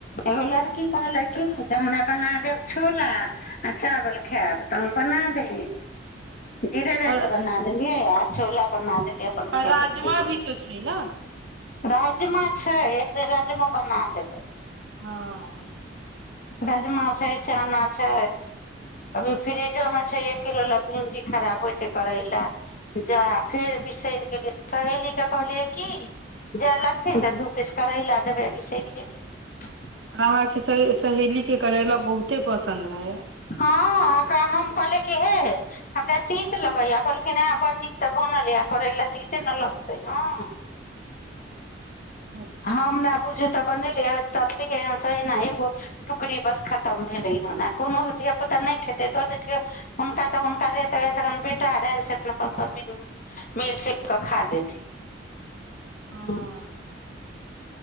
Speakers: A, on the left; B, on the right.
A: एगो लड़की कहलै किी जे हमरा बना देब छोला आ चावल खायब तऽ हम बना देली जीरा राइस
B: और
A: बना देलियै आ छोला बना देलियै अपन खेलके
B: राजमा भी तो छै ने
A: राजमा छै एक दिन राजमाो बना देबै
B: हँ
A: राजमा छै चना छै अभी फ्रिजोमे छै एक किलो लए भिंडी खराब होइ छै करैला जा फेर बिसरि गेलियै सहेलीकेँ कहलियै की जाय लगथिन तऽ दू पीस करैला देबै बिसरिियए क
B: र अहां के सहेली के करेला बहुते पसंन्द रहे
A: हँ हम कहलिय कि हे हमरा तीत लगैएा कहलखिन हँ बड़ नीक तऽ बनल य आ करै ल तीते ने लगतै हँ
B: अच्छा
A: हमरा बुझु तऽ बनेलियै तरलियै हन से एहिना एगो टुकड़ी बस खतम भेलै हन आ कोनो धियापुता नहि खेतै दऽ देथिियै हुनका तऽ हुनकरे तऽन बेटा आर आयल छथिन अपन सभद मिल जुलि कऽ खा लेथिन
B: हाँ
A: हँ,